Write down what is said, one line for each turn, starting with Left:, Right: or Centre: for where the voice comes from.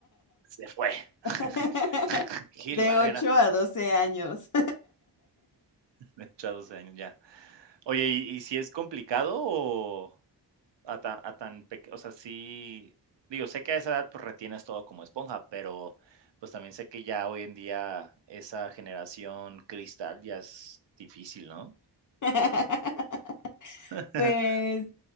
Right: Se fue. <laughs>
Left: <laughs>
Right: Gil
Left: De
Right: Barrera,
Left: 8 a 12 años.
Right: de 8 a 12 años, ya. Oye, ¿y y si es complicado o a tan a tan peque o sea, sí, digo, sé que a esa edad, pues, retienes todo como esponja, pero, pues, también sé que ya hoy en día esa generación cristal ya es difícil, ¿no?
Left: <laughs>
Right: <laughs>
Left: Pues